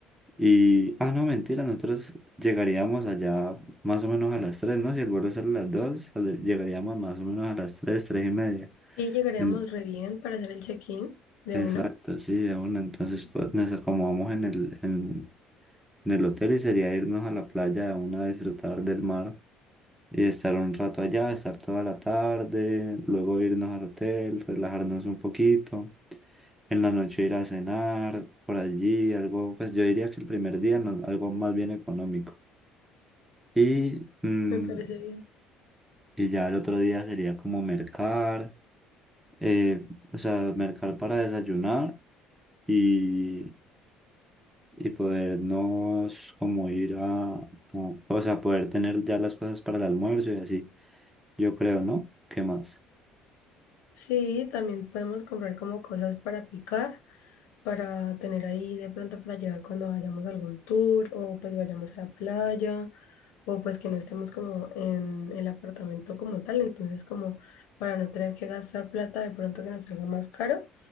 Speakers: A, in the centre; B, on the left.
A: y, ah, no, mentira, nosotros llegaríamos allá más o menos a las tres ¿no? Si el vuelo sale a las 2 sale- llegaríamos más o menos a las tres 3 y media.
B: Sí, llegaríamos
A: En-
B: re bien para hacer el check-in de
A: exacto,
B: una.
A: sí, de una. Entonces, pues nos acomodamos en el, en, en el hotel y sería irnos a la playa de una a disfrutar del mar y estar un rato allá, estar toda la tarde, luego irnos al hotel, relajarnos un poquito. En la noche ir a cenar por allí, algo, pues yo diría que el primer día no- algo más bien económico. Y, mm,
B: Me parece bien.
A: y ya el otro día sería como mercar, eh, o sea, mercar para desayunar y, y podernos como ir a, a- o sea, poder tener ya las cosas para el almuerzo y así. Yo creo, ¿no? ¿Qué más?
B: Sí, también podemos comprar como cosas para picar, para tener ahí de pronto para llevar cuando vayamos a algún tour o pues vayamos a la playa o pues que no estemos como en el apartamento como tal. Entonces como para no tener que gastar plata de pronto que nos salga más caro,